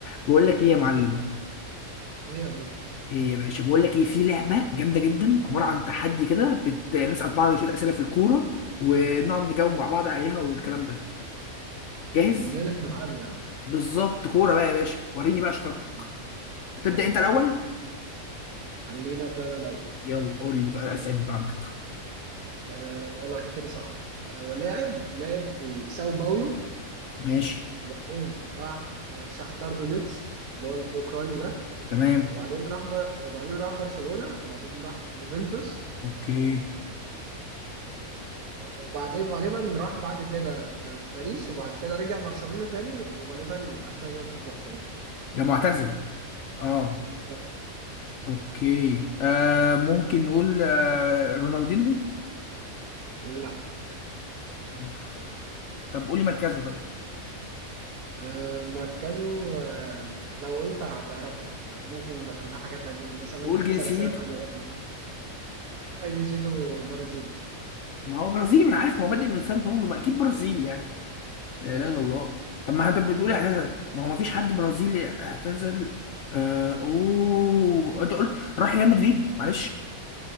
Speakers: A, on the left; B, on the right.
A: بقول لك ايه يا معلم
B: ايه يا بوب
A: ايه يا باشا بقول لك ايه في لعبه جامده جدا عباره عن تحدي كده بت... نسال بعض شويه اسئله في الكوره ونقعد نجاوب مع بعض عليها والكلام ده جاهز
B: مم، جاي لي في ملعبي يعني
A: بالظبط كوره بقى يا باشا وريني بقى شطارتك
B: مم،
A: تبدا
B: يلا
A: انت الاول
B: يلا خليني ابدا انا الاول
A: يلا قول لي بقى الاسئله اللي بقى عندك
B: آه يلا الحته دي صعبه آه ولاعب لعب في ساو باولو
A: ماشي
B: وبعدين راح آه شختار دونيتسك اللي هو الاوكراني ده
A: تمام
B: وبعدين راح بر... وبعدين راح برشلونه وبعدين راح يوفنتوس
A: اوكي
B: و- وبعدين غالبا راح بعد كده آه باريس وبعد كده رجع برشلونه تاني وغالبا اعتزل في برشلونه
A: ده معتزل اه
B: اه
A: اوكي آه ممكن نقول آه رونالدينو
B: لا
A: أوف. طب قول لي مركزه طيب
B: آه، مركزه آه، لو قلت هتعرفه فممكن نخليها حاجة تانية مثلا
A: قول جنسيته
B: اسأل أسئلة تانية برضه آه، جنسيته برازيلي
A: ما هو برازيلي ما انا عارف ما هو بادئ من سان باولو ما اكيد برازيلي يعني لا
B: أي
A: اله الا
B: خدمة
A: الله طب ما انت بتقول اعتزل ما هو ما فيش حد برازيلي اعتزل آه اوه انت قلت راح ريال مدريد معلش